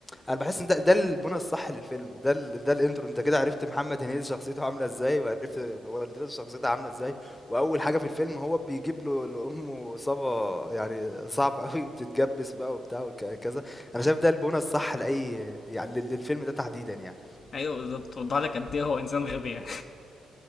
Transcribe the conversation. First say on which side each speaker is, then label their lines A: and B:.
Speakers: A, on the left (about 15°); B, on the left (about 55°).
A: أنا باحس إن ده ده البُنى الصح للفيلم، ده ال ده الintro أنت كده عرفت محمد هنيدي شخصيته عاملة إزاي وعرفت والدته شخصيتها عاملة إزاي. وأول حاجة في الفيلم هو بيجيب له لأمه إصابة يعني صعبة أوي وبتتجبس بقى وبتاع وكذا أنا شايف ده البونة الصح لأي يعني لل- للفيلم ده تحديدا يعني
B: ايوه بالظبط وضح لك قد ايه هو انسان غبي يعني